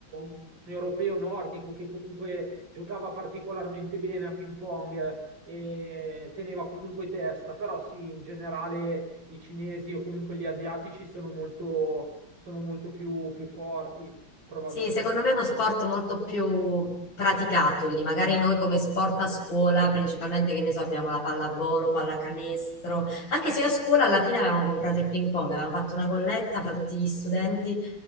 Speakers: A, on the right (about 65°); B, on the left (about 65°).
A: un europeo nordico che comunque giocava particolarmente bene a ping pong eh, e teneva comunque testa, però sì, in generale i cinesi o comunque gli asiatici sono molto, sono molto più, più forti, probabilmente.
B: Sì, secondo me è uno sport molto più praticato lì. Magari noi come sport a scuola, principalmente, che ne so, abbiamo la pallavolo, pallacanestro. Anche se io a scuola alla fine avevamo comprato il ping pong, avevamo fatto una colletta fra tutti gli studenti